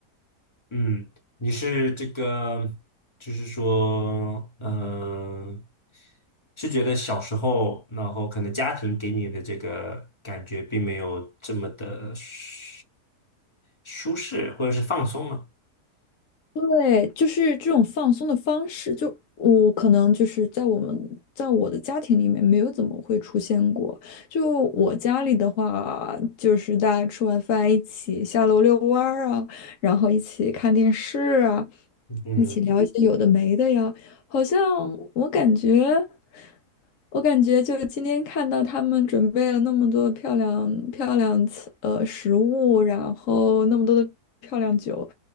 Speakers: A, on the left (about 20°); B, on the left (about 60°).
A: 嗯，你是这个就是说，嗯、是觉得小时候，然后可能家庭给你的这个感觉并没有这么的舒舒适或者是放松吗？
B: 对，就是这种放松的方式，就我可能就是在我们在我的家庭里面没有怎么会出现过。就我家里的话，就是大家吃完饭一起下楼遛弯儿啊，然后一起看电视啊，
A: 嗯
B: 一起聊一些有的没的呀。好像我感觉。我感觉就今天看到他们准备了那么多漂亮漂亮菜呃食物，然后那么多的漂亮酒，